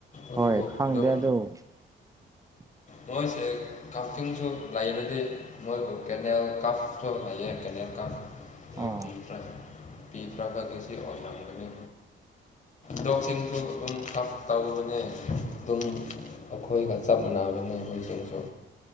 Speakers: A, on the left; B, on the right.
A: ꯑꯩꯏꯕꯨ
B: ꯍꯣꯏ ꯈꯪꯗꯦ
A: ꯑꯗꯨꯝ
B: ꯑꯗꯨ <inaudible>
A: ꯃꯣꯏꯁꯦ ꯀꯥꯞꯇꯤꯡꯁꯨ ꯂꯩꯔꯗꯤ ꯃꯣꯏꯕꯨ ꯀꯦꯅꯦꯜ ꯀꯥꯐꯁꯨ ꯂꯩꯌꯦ ꯀꯦꯅꯦꯜ ꯀꯥꯞ ꯑꯗꯨ
B: ꯑꯣ
A: ꯄꯤꯗ꯭ꯔꯕꯒꯤ ꯁꯤ ꯑꯣꯏꯔꯝꯒꯅꯤ ꯗꯣꯛꯁꯤꯡꯁꯨ ꯑꯗꯨꯝ ꯈꯞ ꯇꯧꯕꯅꯦ ꯑꯗꯨꯝ ꯑꯩꯈꯣꯏꯒ ꯆꯞ ꯃꯥꯟꯅꯕꯅꯦ ꯑꯩꯈꯣꯏꯁꯤꯡꯁꯨ